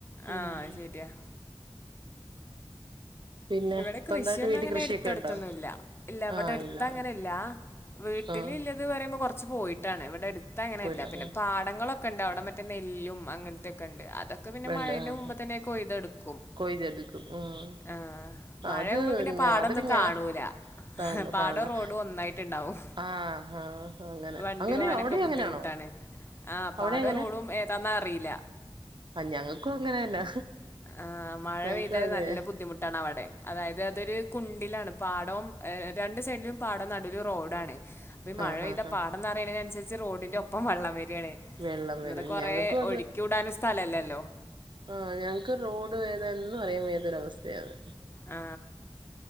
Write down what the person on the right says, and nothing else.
ഉം
പിന്നെ
സ്വന്തായിട്ട്
വീട്ടിൽ
കൃഷിയൊക്കെ
ഉണ്ടോ
ആഹ്
ഇല്ല
ആഹ്
പോയില്ല
ആഹ്
വേണ്ട
ആഹ്
കൊയ്തെടുക്കും ആഹ്
അത്
ഞാ
അതൊക്കെ
ഞാൻ കാണ
കാണില്ല
ആഹ് ആഹ് അങ്ങനെ
അങ്ങനെയ
അവിടെയും
അങ്ങനെയാണോ
അവിടെ
അങ്ങനെ
ആ ഞങ്ങക്കും അങ്ങനെന്നാ
ഞങ്ങക്ക്
അതെ
ആഹ്
ആഹ് ആഹ്
വെള്ളം
വരും
ഞങ്ങൾക്കും
ആ ഞങ്ങക്ക് റോഡ് വേദനും അറിയൻ വ േതൊരവസ്ഥയാത്